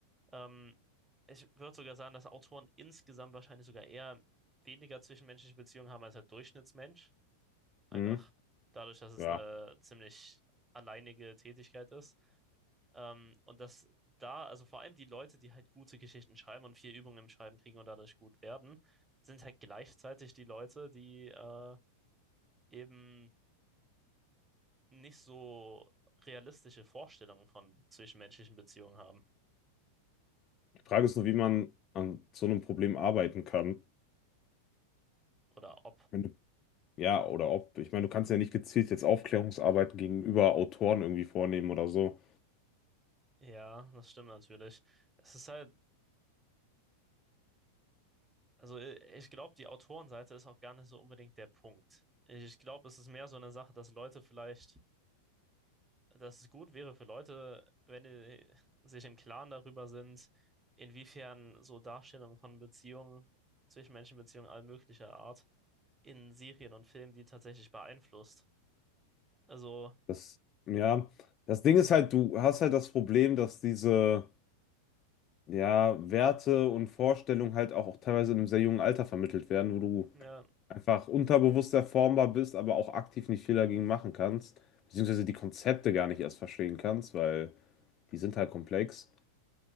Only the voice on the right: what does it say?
ähm, ich würde sogar sagen, dass Autoren insgesamt wahrscheinlich sogar eher weniger zwischenmenschliche Beziehungen haben als der Durchschnittsmensch. Einfach
dadurch, dass es
eine ziemlich alleinige Tätigkeit ist. Ähm, und dass da, also vor allem die Leute, die halt gute Geschichten schreiben und viel Übung im Schreiben kriegen und dadurch gut werden, sind halt gleichzeitig die Leute, die äh, eben nicht so realistische Vorstellungen von zwischenmenschlichen Beziehungen haben.
Oder ob.
Ja, das stimmt natürlich. Es ist halt, also i- ich glaube, die Autorenseite ist auch gar nicht so unbedingt der Punkt. Ich glaube, es ist mehr so eine Sache, dass Leute vielleicht dass es gut wäre für Leute, wenn die sich im Klaren darüber sind, inwiefern so Darstellungen von Beziehungen, Zwischenmenschenbeziehungen all möglicher Art in Serien und Filmen die tatsächlich beeinflusst. Also,
ja,